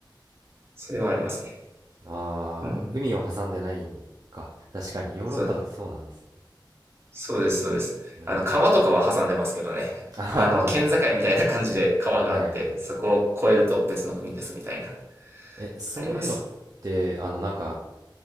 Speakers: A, on the right; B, on the right.
A: それはありますね。
B: ああ、
A: うん。
B: 海を挟んでないか。確かに、ヨーロッパだとそうなんですね。
A: そう、そうです、そうです。
B: うーん。
A: あの、川とかは挟んでますけどね。
B: あ
A: あの、県境みたいな感じで川があって、
B: あ、はいはい。
A: そこを越えると別の国ですみたいな、
B: え、そういうのって、
A: あります。
B: あの、なんか、